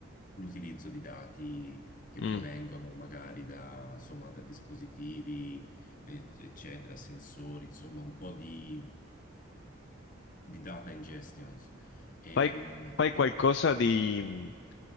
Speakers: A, on the left; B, on the left.
A: l'utilizzo di dati che
B: Mm.
A: provengono magari da, insomma, da dispositivi, e- eccetera, sensori, insomma, un po' di, di data ingestions. Ehm,
B: Fai, fai qualcosa di,